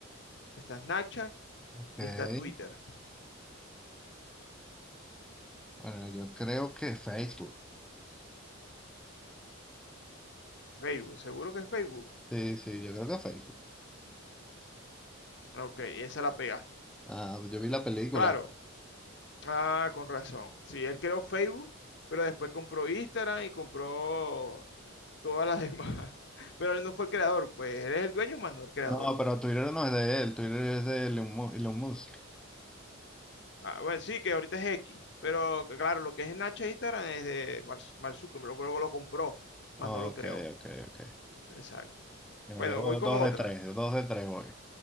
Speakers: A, on the left (about 55°); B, in the centre.
A: está Snapchat
B: ok.
A: y está Twitter.
B: Bueno, yo creo que Facebook.
A: Facebook, seguro que es Facebook.
B: Sí, sí, yo creo que Facebook.
A: Ok, esa la pegaste.
B: Ah, yo vi la película.
A: Claro, ah, con razón. Sí, él creó Facebook, pero después compró Instagram y compró todas las demás. <laughs> Pero él no fue el creador, pues él es el dueño, más no el creador,
B: No, pero
A: pues.
B: Twitter no es de él, Twitter es de Elon Mu- Elon Musk.
A: Ah, bueno, sí, que ahorita es X, pero claro, lo que es Snapchat e Instagram es de Mark Mark Zuckerberg, pero lo compró,
B: Ok,
A: más no lo creó.
B: ok, ok.
A: Exacto.
B: Yo
A: Bueno,
B: llevo
A: voy con
B: dos
A: otra.
B: de tres, dos de tres voy.